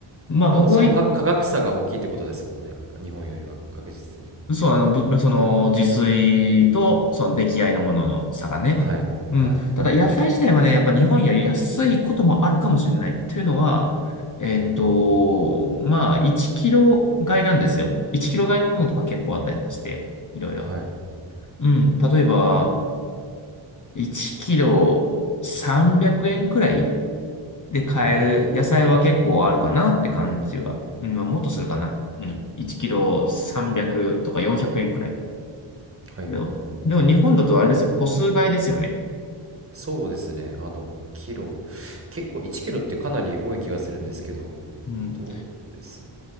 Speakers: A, on the left; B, on the right.
A: まあ僕は
B: でも、その価価格差が大きいってことですもんね。日本よりは確実に。
A: そう、あの、ぶ、その、自炊と、その、出来合いのものの差がね。
B: はい、
A: うん。
B: はい。
A: ただ、野菜自体はね、やっぱ日本より安いこともあるかもしれない。というのは、えーっと、
B: うん、
A: まあ、1キロ買いなんですよ。1キロ買いのものとか結構あったりとかして、いろいろ。
B: はい。
A: うん。例えば、1キロ300円くえんくらいで買える野菜は結構あるかなって感じは。
B: うーん、
A: うん、まあもっとするかな。うん。1キロ300とか400円くえんくらい。
B: はいはいはい。
A: でも、でも日本だとあれですね、個数買いですよね。
B: そうですね。あの、キロ、結構1キロってかなり多い気がするんですけど、
A: うん。
B: どうです